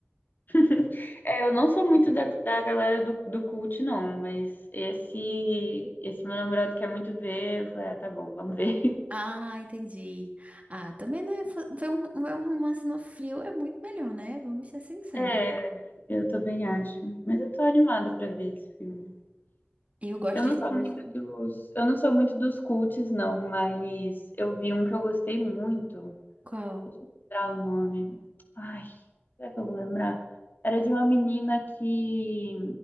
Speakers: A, on the left; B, on the right.
A: <laughs> É, eu não sou muito da, da galera do, do cult, não, mas esse, esse meu namorado quer muito ver. Eu falei, ah, tá bom, vamos ver. <laughs>
B: Ah, entendi. Ah, também, né? fa- Ver um, ver um romance no frio é muito melhor, né? Vamos ser sinceros.
A: É, eu também acho. Mas eu tô animada pra ver esse filme.
B: Eu gosto
A: Eu
B: de
A: não
B: filmes.
A: sou muito dos, eu não sou muito dos cults, não, mas eu vi um que eu gostei muito,
B: Qual?
A: Deixa eu lembrar o nome. Ai, será que eu vou lembrar? Era de uma menina que,